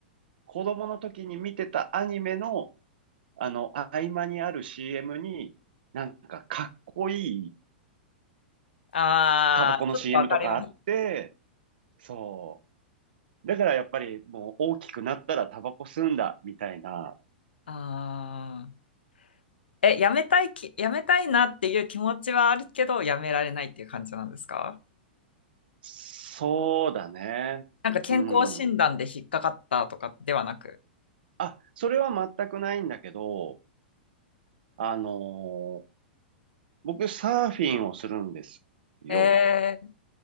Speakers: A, on the right; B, on the left.
A: 子供の時に見てたアニメの、あの、合間にある CM に、なんかかっこいい
B: あー、
A: タバコの
B: ちょっとわかります。
A: CM とかあって、そう、だからやっぱりもう大きくなったらタバコ吸うんだ、みたいな。
B: あー。え、やめたいき、やめたいなっていう気持ちはあるけど、やめられないっていう感じなんですか
A: そうだね。
B: なんか健康診断で引っかかったとかではなく。
A: うん。あ、それは全くないんだけど、あのー僕サーフィンをするんですよ。
B: え